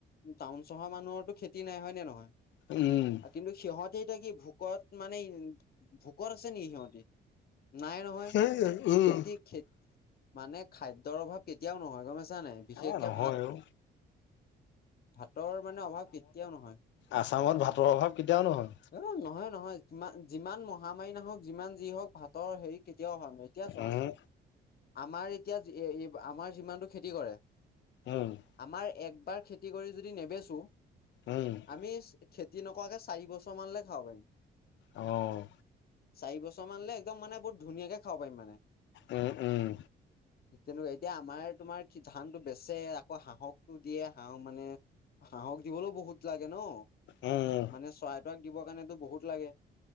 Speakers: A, on the left; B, on the left.
A: টাউন-চহৰ মানুহৰটো খেতি নাই হয় নে নহয়?
B: উমহ উম উম ত।
A: কিন্তু সিহঁতে এতিয়া কি ভোকত মানে ভোকত আছে নেকি সিহঁতি নাই ৰবা
B: সেইয়ে উম।
A: খেতি, খেত মানে খাদ্যৰ অভাৱ কেতিয়াও নহয় গম পাইছানে বিশেষকে
B: এ নহয়
A: ভাতটো।
B: অ
A: ভাতৰ মানে অভাৱ কেতিয়াও নহয়।
B: আসামত ভাতৰ অভাৱ কেতিয়াও নহয়।
A: এ নহয় নহয় যিমান যিমান মহামাৰী নহওক যিমান যি হওক ভাতৰ হেৰি কেতিয়াও হোৱা নাই। এতিয়া চোৱা
B: উম
A: আমাৰ এতিয়া যি এ এ এবাৰ আমাৰ যিমানতটো খেতি কৰে
B: উম উ উ।
A: আমাৰ একবাৰ খেতি কৰি যদি নেবেচো
B: উম উ উ।
A: আমি ইস খেতি নকৰাকে চাৰি বছৰ মানলৈ খাব পাৰিম।
B: অ অ অ অ।
A: চাৰি বছৰমানলে একদম মানে বহুত ধুনীয়াকে খাব পাৰিম মানে।
B: উম, উম।
A: <unintelligible> এ তেনেকুৱা এতিয়া আমাৰ তোমাৰ কি ধানতটো বেচে আকৌ হাঁহকটো দিয়ে হাঁহ মানে হাঁহক দিবলৈও বহুত লাগে ন।
B: উম উম উত।
A: মানে চৰাইক-টৰাইক দিবৰ কাৰণেতো বহুত লাগে,